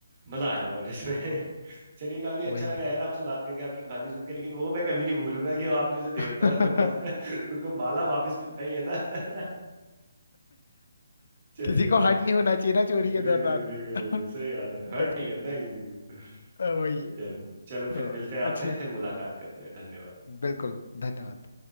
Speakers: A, on the right (about 30°); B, on the left (about 55°).
A: मजा आया बट इसमें <laughs> चलिए काफी अच्छा
B: वही
A: लगा यार आपसे बात करके आपकी कहानी सुन के लेकिन वो मैं कभी नहीं भूलूंगा कि वो आपने जो देवता
B: <laughs>
A: <laughs> उनको माला वापस पहनाई है ना <laughs> चलिए
B: किसी को हर्ट नहीं होना चाहिए ना चोरी
A: बिल्कुल
B: के दौरान
A: बिल्कुल बिल्कुल सही बात है हर्ट नहीं करना
B: <laughs>
A: है किसी को
B: वही
A: चलो चलो
B: तो
A: फिर मिलते हैं आपसे
B: अच्छा
A: फिर मुलाकात करते हैं धन्यवाद
B: बिल्कुल धन्यवाद